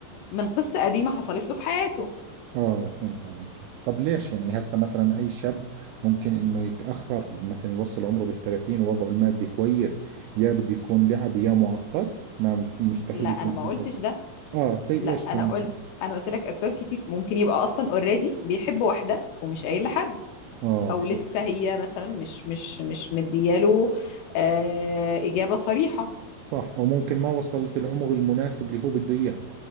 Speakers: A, on the left (about 80°); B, on the right (about 85°).
A: من قصه قديمه حصلت له في حياته
B: اه فهمت عليك طب ليش يعني هسه مثلا اي شاب ممكن انه يتأخر مثلا يوصل عمره بالثلاثين ووضعه المادي كويس يا بده يكون لعب يا معقد ما مستحيل
A: لا انا
B: يكون
A: ما
B: في
A: قلتش
B: سبب
A: ده
B: اه زي
A: لا
B: ايش
A: انا
B: كمان
A: قلت انا قلت لك اسباب كتير ممكن يبقى اصلا اوريدي بيحب واحده ومش قايل لحد
B: اه
A: او لسه هي مثلا مش مش مش مدياله آه اجابه صريحه
B: صح أو ممكن ما وصلت العمر المناسب اللي هو بده إياه